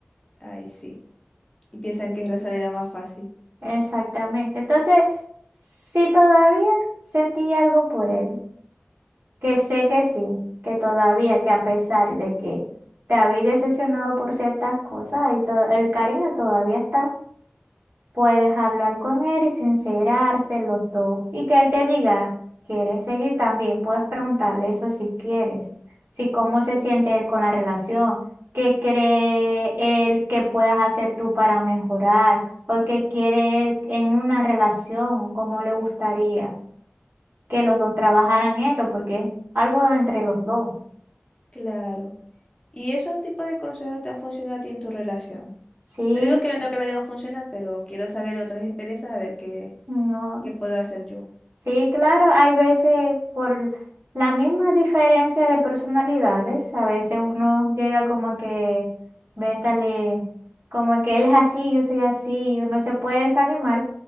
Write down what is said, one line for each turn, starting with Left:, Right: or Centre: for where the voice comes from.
Left: Ahí sí. Y piensan que es la salida más fácil.
Right: Exactamente. Entonces, si todavía sentí algo por él, que sé que sí, que todavía, que a pesar de que te habéis decepcionado por ciertas cosas, y to- el cariño todavía está. Puedes hablar con él y sincerarse los dos. Y que él te diga, ¿quieres seguir también? Puedes preguntarle eso si quieres. Si cómo se siente él con la relación, qué cree él que puedas hacer tú para mejorar, o qué quiere él en una relación, cómo le gustaría que los dos trabajaran eso, porque es algo entre los dos.
Left: Claro. ¿Y esos tipos de consejos te han funcionado a ti en tu relación?
Right: Sí,
Left: No digo que no me vayan a funcionar, pero quiero saber otras experiencias, a ver qué,
Right: no.
Left: qué puedo hacer yo.
Right: Sí, claro, hay veces por la misma diferencia de personalidades, a veces uno llega como que, véntale, como que él es así, yo soy así, y uno se puede desanimar,